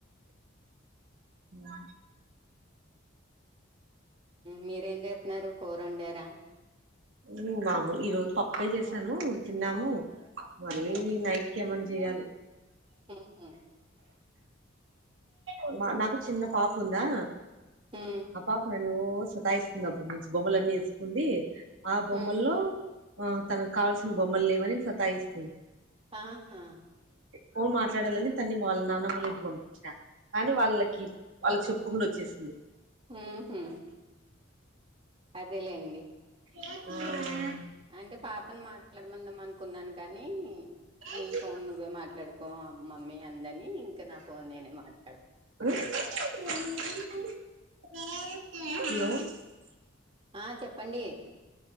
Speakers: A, on the right; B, on the right.
A: అ
B: మీరేం చెతున్నారు కూరండార
A: మ్ మామూలు ఈ రోజు పప్పే చేసాను తిన్నాము మళ్ళీ
B: ఉమ్,
A: నైట్కి ఏమన్నా చెయాలి
B: ఉహు
A: ఉమ్ బ నాకు చిన్న పాప ఉందా
B: ఉ
A: ఆ పాప నన్ను సతాయిస్తుంది అప్పుడు నుంచి బొమ్మలన్నీ వేసుకుంది ఆ బొమ్మల్లో
B: ఉ
A: ఆ తనకు కావాల్సిన బొమ్మలు లేవని సతాయిస్తుంది
B: ఆహా
A: పోన్ మాట్లాడాలని తన్ని వాళ్ళ నాన్నమ్మోలి పంపించిన కానీ వాళ్ళకి వాళ్ళకి చెప్పుకుండా వచ్చేసింది
B: హు హు అదే లేండి
A: అ
B: అంటే పాపను మాట్లాడమందాం అనుకున్నాను కానీ
A: హలో
B: నీ ఫోన్ నువ్వే మాట్లాడుకో మమ్మీ అందని ఇంకా నా ఫోన్ నేనే మాట్లాడుకు
A: హలో
B: ఆ చెప్పండి